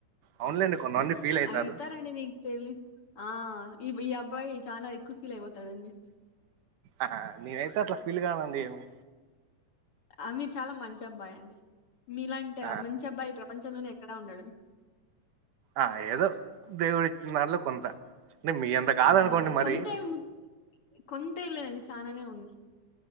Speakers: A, on the right; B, on the left.
A: అవునులేండి. కొంతమంది ఫీల్ అయితారు
B: అయితా రనిని. తెలివి ఆ ఈ ఈ అబ్బాయి చాలా ఎక్కువ ఫీల్ అయిపోతాడాండు.
A: ఆ ఆ నేనైతే అట్లా ఫీల్ కానండి ఏమి.
B: అ మీరు చాలా మంచి అబ్బాయి అండి. మీలాంటి
A: ఆ
B: మంచి అబ్బాయి, ఈ ప్రపంచంలోనే ఎక్కడా ఉండడు.
A: ఆ ఏదో దేవుడు ఇచ్చిన దానిలో కొంత. అంటే మీ అంత కాదనుకోండి
B: ఆ
A: మరి.
B: కొంతేం కొంతేం లేదండి చాలానే ఉంది.